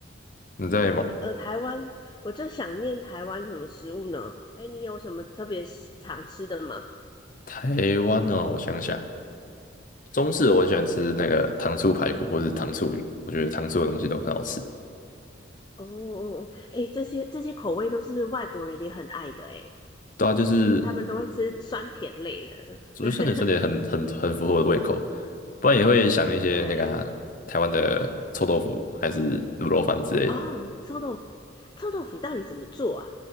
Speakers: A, on the left; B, on the left.
A: 你在吗？
B: 但呃，台湾我最想念台湾什么食物呢？哎，你有什么特别喜常吃的吗？
A: 台湾哦，我想想，中式我很喜欢吃那个糖醋排骨或是糖醋鱼，我觉得糖醋的东西都很好吃。
B: 哦哦，哦哎，这些这些口味都是外国人也很爱的哎，
A: 对啊，就是
B: 就他们都会吃酸甜类的。
A: 我觉得酸碱酸甜很很很符合我的胃口，
B: <laughs>
A: 不然也会想那些那个啊台湾的臭豆腐还是卤肉饭之类的。
B: 对，哦，臭豆腐，臭豆腐到底怎么做啊？